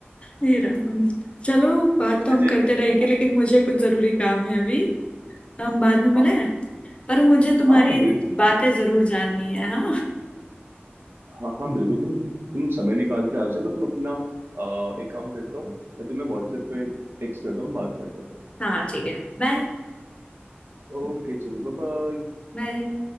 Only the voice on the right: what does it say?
अच्छा
हाँ
हाँ
हाँ बिल-
हाँ हाँ, बिल्कुल तुम तुम समय निकाल के आ जाओ मैं तुम अपना अ, एक काम करता हूँ मैं तुम्हें व्हाट्सएप पे टेक्स्ट करता हूँ बात करते हैं
ओके चलो बाय बाय।